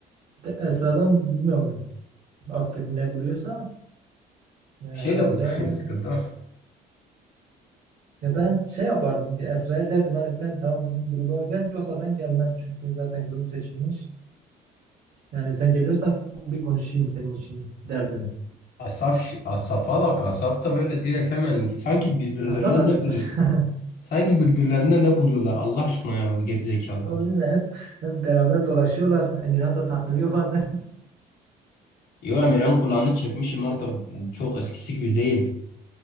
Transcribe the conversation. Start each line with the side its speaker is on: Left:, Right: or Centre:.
Right: Esra'dan bilmiyorum artık ne buluyorsa yani
Left: Bir şey
Right: herhalde
Left: de bu <laughs> sıkıntı.
Right: ya ben şey yapardım bir Esra'ya derdim hani sen tamam bizim gruba gel yoksa ben gelmem çünkü zaten grup seçilmiş. Yani sen geliyorsan bir konuşayım senin için derdim.
Left: Asaf, Asaf'a bak. Asaf da böyle direkt hemen sanki birbirlerinden
Right: Asaf da
Left: ne
Right: çıkmış.
Left: buluyor?
Right: <laughs>
Left: Sanki birbirlerinden ne buluyorlar Allah aşkına ya gerizekalılar.
Right: O bilmiyorum, hep, hep beraber dolaşıyorlar. Emirhan da takılıyor bazen.
Left: Yo Emirhan kulağını çekmişim artık çok eskisi gibi değil.